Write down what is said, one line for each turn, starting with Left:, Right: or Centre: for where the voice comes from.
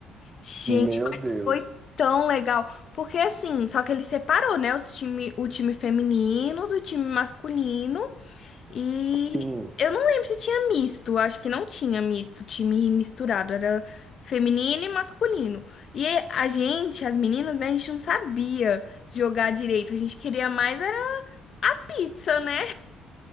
Left: Gente,
Right: Meu Deus.
Left: mas foi tão legal. Porque assim, só que ele separou, né, os time, o time feminino do time masculino. E
Right: Sim.
Left: eu não lembro se tinha misto, acho que não tinha misto, time misturado, era feminino e masculino. E a gente, as meninas, né, a gente não sabia jogar direito, a gente queria mais era a pizza, né?